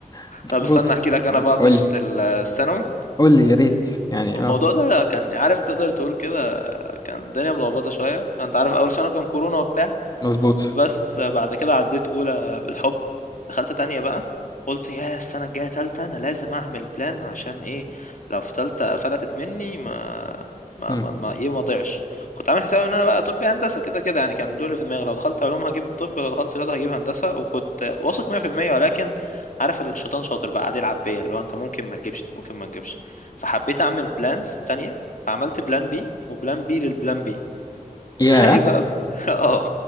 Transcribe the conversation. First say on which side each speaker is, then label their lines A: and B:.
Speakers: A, on the left; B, on the left.
A: <laughs>
B: طب استنى
A: بص
B: احكي لك انا
A: آه،
B: بقى قصه
A: قولي
B: الثانوي
A: قولي يا ريت يعني
B: الموضوع
A: اه
B: ده كان عارف تقدر تقول كده كان الدنيا ملخبطه شويه انت عارف اول سنه كان كورونا وبتاع
A: مظبوط
B: بس بعد كده عديت اولى بالحب دخلت تانية بقى قلت يا السنة الجاية تالتة انا لازم اعمل بلان عشان ايه لو في تالتة فلتت مني ما ما
A: مم.
B: ما, ما ايه ما ضيعش كنت عامل حسابي ان انا بقى طب هندسة كده كده يعني كان دول في دماغي لو دخلت علوم هجيب طب لو دخلت رياضة هجيب هندسة وكنت واثق 100% ولكن عارف الشيطان شاطر بقى قاعد يلعب بيا اللي هو انت ممكن ما تجيبش انت ممكن ما تجيبش فحبيت اعمل بلانز تانية فعملت بلان بي وبلان بي للبلان بي
A: ياه
B: <laughs> ايه بقى <laughs> اه